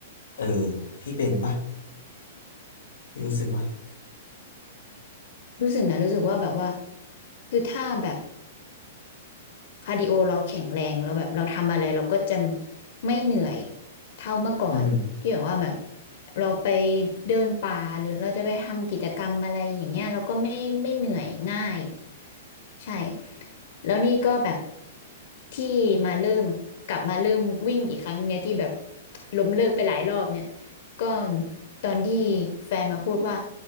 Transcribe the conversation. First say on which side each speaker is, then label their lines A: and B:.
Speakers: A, on the left (about 85°); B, on the left (about 60°).
A: เออพี่เป็นปะพี่รู้สึกว่า
B: <laughs> รู้สึกนะรู้สึกว่าแบบว่าคือถ้าแบบ คาร์ดิโอเราแข็งแรงเราแบบเราทำอะไรเราก็จะไม่เหนื่อยเท่าเมื่อก่อนที่แบบว่าแบบ
A: อืม
B: เราไปเดินป่าหรือเราจะไปทำกิจกรรมอะไรอย่างเงี้ยเราก็ไม่ไม่เหนื่อยง่าย ใช่แล้วนี่ก็แบบที่มาเริ่มกลับมาเริ่มวิ่งอีกครั้งเนี่ยที่แบบล้มเลิกไปหลายรอบเนี่ยก็ตอนที่แฟนมาพูดว่า